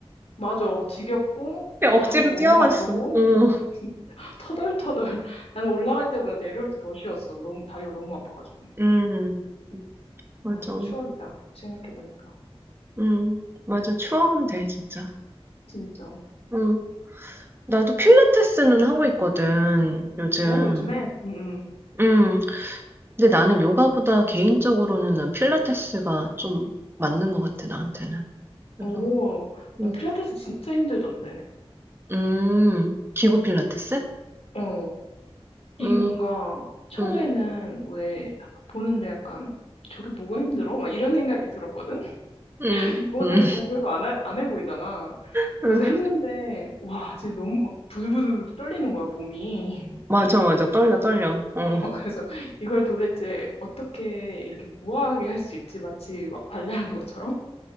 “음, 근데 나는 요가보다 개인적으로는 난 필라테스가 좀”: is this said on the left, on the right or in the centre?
Right